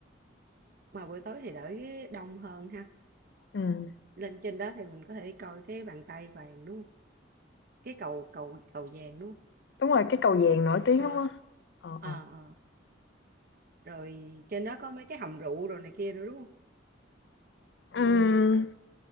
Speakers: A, on the right (about 50°); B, on the left (about 60°).
A: mà buổi tối thì đỡ đông hơn ha
B: Ừm,
A: lên trên đó thì mình có thể coi cái bàn tay vàng đúng không cái cầu cầu cầu vàng đúng không
B: đúng rồi cái cầu vàng nổi tiếng
A: à,
B: lắm á ờ,
A: à,
B: ờ.
A: à. rồi trên đó có mấy cái hầm rượu rồi này kia nữa đúng không
B: Ừm,